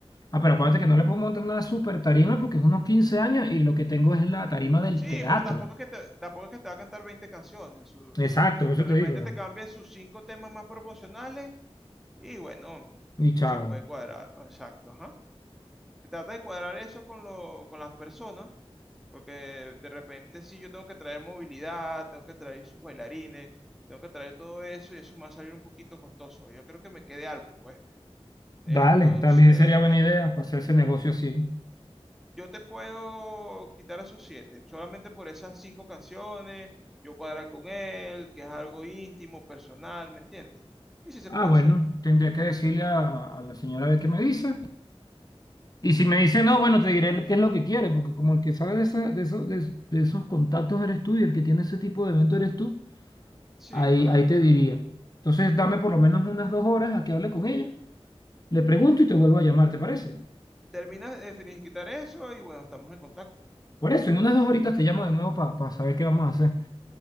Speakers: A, on the left; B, in the centre.
A: Ah, pero acuérdate que no le puedo montar una super tarima porque es unos 15 años y lo que tengo es la tarima del
B: Sí,
A: teatro.
B: pero tampoco es que te, tampoco es que te va a cantar 20 canciones. su-
A: Exacto,
B: su-
A: por eso
B: de repente
A: te digo. o sea,
B: te cambia sus cinco temas más promocionales y bueno,
A: Y chao.
B: se puede cuadrar. Exacto, ajá. Trata de cuadrar eso con, lo, con las personas, porque de repente si yo tengo que traer movilidad, tengo que traer sus bailarines, tengo que traer todo eso y eso me va a salir un poquito costoso. Yo creo que me quede algo, pues. Entonces,
A: Dale, también sería buena idea para hacer ese negocio así.
B: yo te puedo quitar esos siete, solamente por esas cinco canciones, yo cuadrar con él, que es algo íntimo, personal, ¿me entiendes? Y si se
A: Ah,
B: puede
A: bueno,
B: hacer.
A: tendría que decirle a, a la señora a ver qué me dice. Y si me dice no, bueno, te diré qué es lo que quiere, porque como el que sabe de, esa- de, eso- de, de esos contactos eres tú y el que tiene ese tipo de evento eres tú,
B: Sí,
A: ahí,
B: claro.
A: ahí te diría. Entonces, dame por lo menos unas dos horas a que hable con ella, le pregunto y te vuelvo a llamar, ¿te parece?
B: Terminas de quitar eso y bueno, estamos en contacto.
A: Por eso, en unas dos horitas te llamo de nuevo para saber qué vamos a hacer.